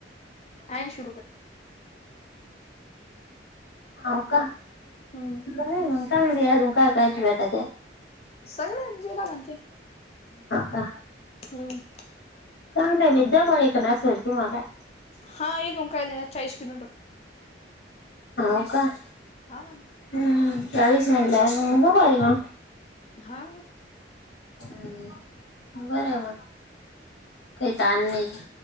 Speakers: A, on the left (about 35°); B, on the left (about 65°).
A: ऐशी रुपये.
B: हो का.
A: हम्म
B: बर आहे मग काय म्हणतात अजून काय काय भेटाात.
A: सगळे जे लागते
B: का
A: हम्म!
B: चांगलं मीद्या म आहेकणार सर त मला <unintelligible>
A: हा एक मुंखय आहेचाळीस किोमीटर.
B: हव का.
A: हा.
B: हम् तरिचं म्हणल काम का होईना.
A: हा.
B: हम्म बर बर काही ताण नाही,